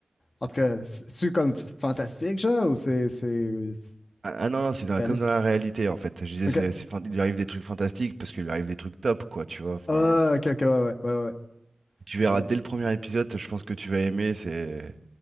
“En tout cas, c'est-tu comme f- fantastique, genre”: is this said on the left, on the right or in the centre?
Left